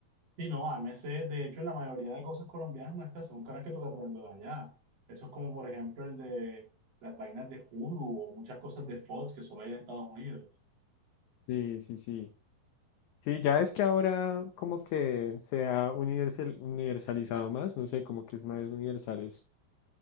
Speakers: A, on the right; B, on the left.
A: Sí, no, AMC, de hecho, en la mayoría de cosas colombianas nuestras son caras que toca traerlo de allá. Eso es como, por ejemplo, el de las vainas de Hulu o muchas cosas de Fox que solo hay en Estados Unidos.
B: Sí, sí, sí. Sí, ya es que ahora como que se ha universal- universalizado más, no sé, como que es más universales.